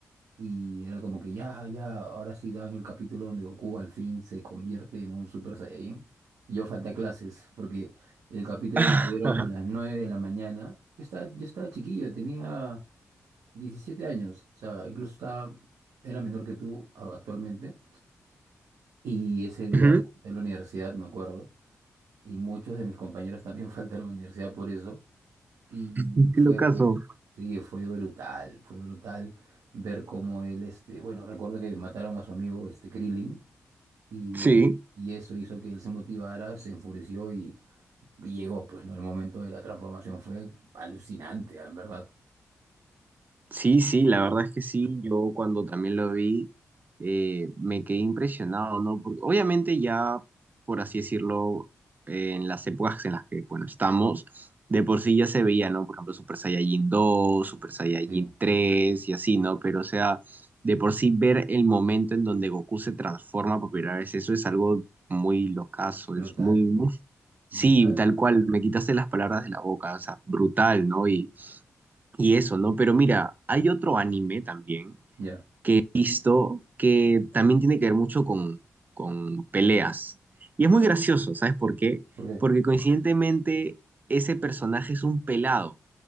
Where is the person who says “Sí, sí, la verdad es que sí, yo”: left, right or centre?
Right